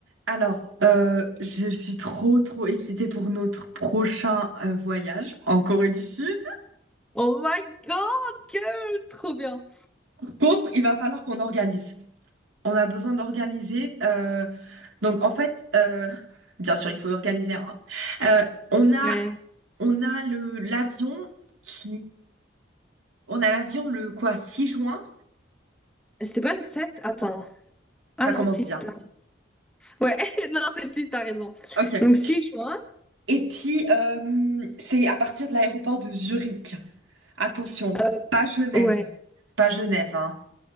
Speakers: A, on the right; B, in the centre.
A: Alors, euh, je suis trop, trop excitée pour notre prochain euh, voyage en Corée du Sud.
B: Oh my god, girl! Trop bien.
A: Contre, il va falloir qu'on organise. On a besoin d'organiser. euh, donc, en fait, euh, bien sûr, il faut organiser un. Euh, on a,
B: Ouais.
A: on a le l'avion qui, on a l'avion le quoi, Six juin.
B: C'était pas le sept. Attends.
A: Ça
B: Ah non,
A: commence
B: 6.
A: bien.
B: t'as raison. Ouais, <laughs> non, c'est le 6. t'as raison.
A: Ok.
B: Donc 6 juin.
A: Et puis, euh, c'est à partir de l'aéroport de Zurich. Attention,
B: euh,
A: pas Genève.
B: ouais.
A: Pas Genève, hein.